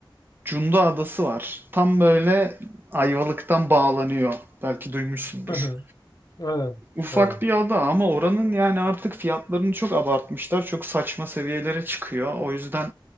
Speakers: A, on the right; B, on the left.
A: Cunda Adası var. Tam böyle Ayvalık'tan bağlanıyor. Belki duymuşsundur.
B: Hı hı, evet,
A: Ufak
B: evet.
A: bir ada ama oranın yani artık fiyatlarını çok abartmışlar. Çok saçma seviyelere çıkıyor. O yüzden